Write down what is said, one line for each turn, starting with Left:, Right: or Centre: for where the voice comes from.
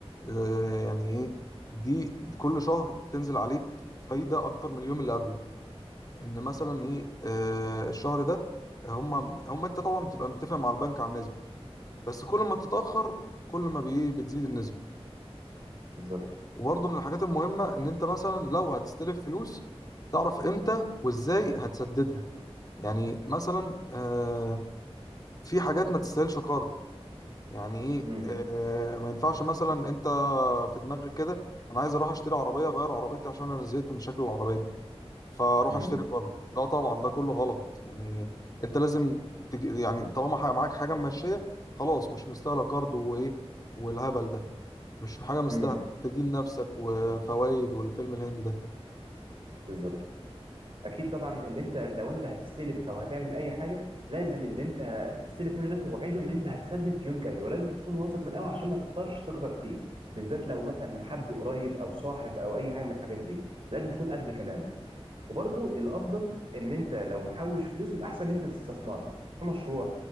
Left: آه، يعني ايه دي كل شهر بتنزل عليك فايدة اكتر من اليوم اللي قبله ان مثلا ايه آه، الشهر ده هم هم انت طبعا بتبقى متفق مع البنك على النسبة بس كل ما بتتأخر كل ما بي- بتزيد النسبة
Right: بالظبط
Left: وبرضه من الحاجات المهمة إن أنت مثلا لو هتستلف فلوس تعرف إمتى وإزاي هتسددها يعني مثلا آه، في حاجات ما تستاهلش قرض يعني إيه
Right: امم
Left: آه، ما ينفعش مثلا أنت في دماغك كده أنا عايز أروح أشتري عربية أغير عربيتي عشان أنا زهقت من شكل العربية دي فأروح
Right: امم
Left: أشتري قرض لا طبعا ده كله غلط يعني أنت لازم تج... يعني طالما ح- معاك حاجة ماشية خلاص مش مستاهلة قرض وإيه والهبل ده مش حاجة مستاهلة
Right: امم
Left: تدين نفسك وفوائد والفيلم الهندي ده
Right: بالظبط اكيد طبعا ان انت لو انت هتستلف او هتعمل اي حاجه لازم اللي انت بتستلف منه ده توعده ان انت هتسدد في يوم كذا ولازم تكون واثق من قوي عشان ما تخسرش ثقتك فيه بالذات لو مثلا حد قريب او صاحب او اي حاجه من الحاجات دي لازم تكون قد كلامك وبرضو الافضل ان انت لو محوش فلوس الاحسن ان انت تستثمرها في مشروع